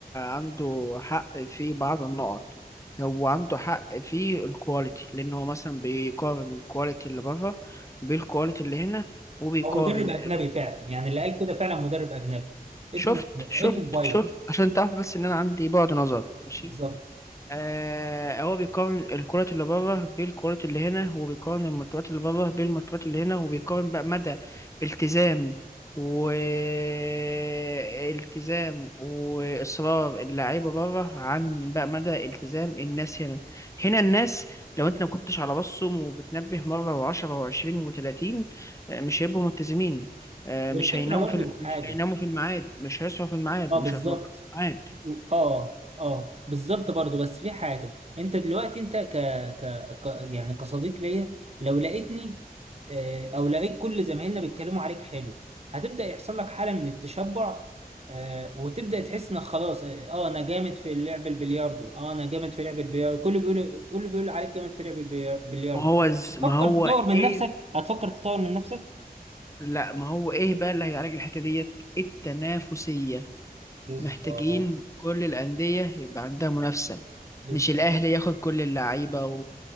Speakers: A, on the left (about 20°); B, on the right (about 40°).
A: عنده حق في بعض النقط هو عنده حق في الكواليتي لأن هو مثلا بيقارن الكواليتي اللي بره بالكواليتي اللي هنا وبيقارن
B: هو مدرب اجنبي فعلا يعني اللي قال كده فعلا مدرب اجنبي اسمه
A: شفت شفت
B: اسمه فايلر
A: شفت عشان تعرف بس إن أنا عندي بعد نظر ماشي
B: بالظبط
A: آه هو بيقارن الكرة اللي بره بالكرة اللي هنا وبيقارن المرتبات اللي بره بالمرتبات اللي هنا وبيقارن بقى مدى التزام والتزام وإصرار اللعيبة بره عن بقى مدى التزام الناس هنا هنا الناس لو انت ما كنتش على راسهم وبتنبه مرة وعشرة وعشرين وتلاتين آه، مش هيبقوا ملتزمين آه،
B: والفكره
A: مش هيناموا
B: برضو
A: في ال-
B: في
A: مش
B: حاجه
A: هيناموا في الميعاد مش هيصحوا في الميعاد
B: اه
A: مش
B: بالظبط
A: هيتنططوا في الميعاد
B: و- اه اه بالظبط برضو بس في حاجة انت دلوقتي انت ك... ك... ك... يعني كصديق ليا لو لقيتني آه، او لقيت كل زمايلنا بيتكلموا عليك حلو هتبدأ يحصل لك حالة من التشبع آه، وتبدأ تحس انك خلاص اه آه، انا جامد في لعب البلياردو اه انا جامد في لعب البلياردو كله بيقول كله بيقول عليك جامد في لعب البلي- البلياردو
A: ما هو ز-
B: هتفكر
A: ما هو
B: تطور
A: ايه
B: من نفسك هتفكر تطور من نفسك
A: لا ما هو ايه بقى اللي هيعالج الحته ديت التنافسيه
B: بالظبط
A: محتاجين كل الانديه يبقى عندها منافسه
B: بالظبط
A: مش الاهلي ياخد كل اللعيبه و...